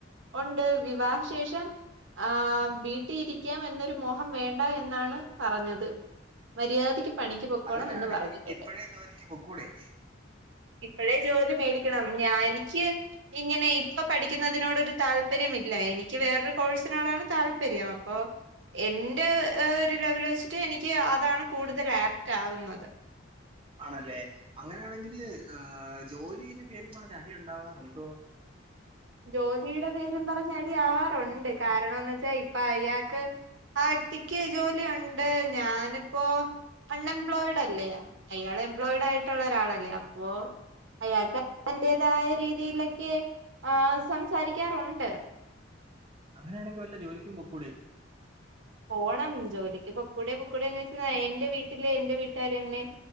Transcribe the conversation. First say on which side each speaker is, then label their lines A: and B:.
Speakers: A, on the right (about 70°); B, on the right (about 30°).
A: ഉണ്ട് വിവാഹ ശേഷം ആഹ് വീട്ടി ഇരിക്കാം എന്നൊരു മോഹം വേണ്ട എന്നാണ് പറഞ്ഞത് മര്യാദയ്ക്ക് പണിക്ക് പൊക്കോണം
B: അങ്ങനാണെങ്കിൽ
A: എന്ന് പറഞ്ഞിട്ടുണ്ട്
B: ഇപ്പഴേ ജോലിക്ക് പൊക്കൂടെ
A: ഇപ്പഴേ ജോലി മേടി ക്കണം ഞാ എനിക്ക് ഇങ്ങനെ ഇപ്പൊ പഠിക്കുന്നതിനോട് ഒരു താല്പര്യമില്ല എനിക്ക് വേറൊരു കോഴ്സിനോടാണ് താല്പര്യം അപ്പൊ എന്റെ ഒരു ലെവൽ വെച്ചിട്ട് എനിക്ക് അതാണ് കൂടുതൽ അപ്റ്റ് ആവുന്നത്
B: ആണല്ലേ അങ്ങനെയാണെങ്കില് ഏഹ് ജോലിടെ പേരും പറഞ്ഞ് അടിയുണ്ടാവാറുണ്ടോ
A: ജോലീടെ പേരും പറഞ്ഞ് അടി ആവാറുണ്ട് കാരണംന്ന് വെച്ചാ ഇപ്പൊ അയാൾക്ക് ആ വ്യക്തിക്ക് ജോലി ഉണ്ട് ഞാനിപ്പോ അൺഎംപ്ലോയിഡല്ലേ അയാൾ എംപ്ലോയിഡയിട്ടുള്ള ഒരാളല്ലേ അപ്പോ അയാൾക്ക് അതിന്റതായ രീതിയിലൊക്കെ ആഹ് സംസാരിക്കാറുണ്ട്
B: അങ്ങനാണെങ്കിൽ വല്ല ജോലിക്കും പൊക്കൂടെ
A: പോണം ജോലിക്ക് പൊക്കൂടേ പൊക്കൂടെന്ന് വെച്ച എന്റെ വീട്ടില് എന്റെ വീട്ടാരങ്ങനെ